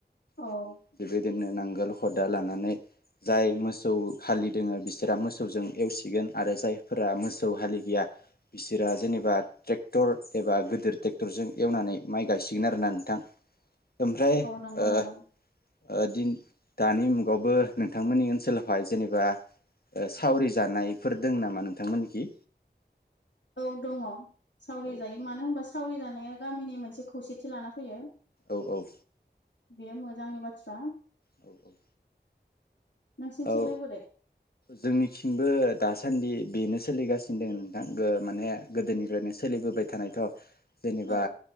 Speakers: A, on the left; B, on the left.
A: औ
B: <unintelligible> दोननो नांगाल हदा लानानै जाय मोसौ हालि दोङ बिसोरा मोसौजों एवसिगोन आरो जायफोरा मोसौ हालि गैया बिसोरा जेनेबा ट्रेक्टर एबा गिदिर ट्रेक्टरजों एवनानै माइ। गायसिगोन आरोना नोंथां। ओमफ्राय
A: औ नंगौ
B: ओ।
A: नामा
B: दि दानि मुगावबो नोंथांमोननि ओनसोलावहाय जेनेबा सावरि जानायफोर दं नामा नोंथांमोननिखि
A: औ दङ। सावरि
B: औ
A: जायो मानो होनोबा। सावरि जानाया गामिनि मोनसे खौसेथि लाना फैयो
B: औ औ
A: बेयो मोजांनि बाथ्रा
B: औ औ
A: नोंसिनिथिंलाय
B: औ
A: बोरै
B: जोंनिथिंबो दासान्दि बेनो सोलिगासिनो दङ नोंथां माने गोदोनिफ्रायनो सोलिबोबाय थानायथ' जेनेबा
A: औ